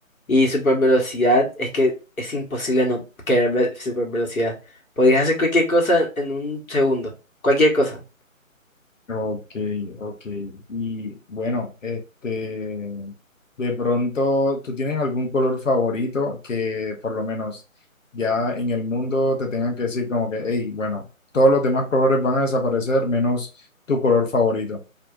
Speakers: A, on the left; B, on the left.
A: Y super velocidad, es que es imposible no querer ver super velocidad. Podrías hacer cualquier cosa en un segundo. Cualquier cosa.
B: Ok, ok. Y bueno, este, de pronto, ¿tú tienes algún color favorito que por lo menos ya en el mundo te tengan que decir como que, hey, bueno, todos los demás colores van a desaparecer menos tu color favorito?